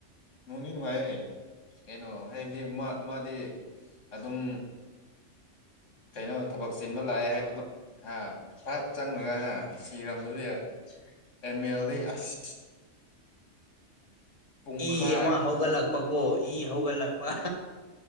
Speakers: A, on the left (about 75°); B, on the left (about 30°).
A: ꯅꯨꯡꯅꯤ ꯅꯨꯡꯉꯥꯏꯌꯦ ꯀꯩꯅꯣ ꯍꯥꯏꯕꯗꯤ ꯃꯥꯗꯤ ꯑꯗꯨꯝ ꯀꯩꯅꯣ ꯊꯕꯛ ꯆꯤꯟꯕ ꯂꯥꯛꯑꯦ ꯍꯥꯏꯕꯗꯨꯣ ꯍꯥ ꯐꯠ ꯆꯪꯉꯒ ꯍꯥ ꯁꯤꯔꯝꯝꯕꯁꯨ ꯌꯥꯏ ꯑꯦꯝ ꯑꯦꯜꯗ ꯑꯁ ꯄꯨꯡꯈꯥꯏ
B: ꯏ ꯑꯃ ꯍꯧꯒꯠꯂꯛꯄꯀꯣ ꯏ ꯍꯧꯒꯠꯂꯛꯄ